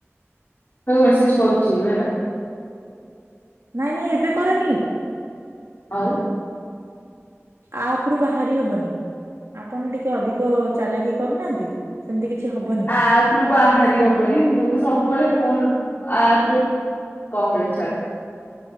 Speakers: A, on the left (about 45°); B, on the right (about 80°).
A: ତାକୁ ମେସେଜ କରୁଛି ଏବେ ହେଲା।
B: ନାଇଁ ନାଇଁ ଏବେ କରନି।
A: ଆଉ।
B: ଆପ ରୁ ବାହାରି ହବନି ଆପଣ ଟିକେ ଅଧିକ ଚାଲାକି କରୁନାହାନ୍ତି। ସେମିତି କିଛି ହବନି।
A: ଆପ ରୁ ବାହାରି ହବନି ମୁଁ ତ ସବୁବେଳେ ଫୋନ ଆପରେ। କଣ କହିମି ଛାଡ।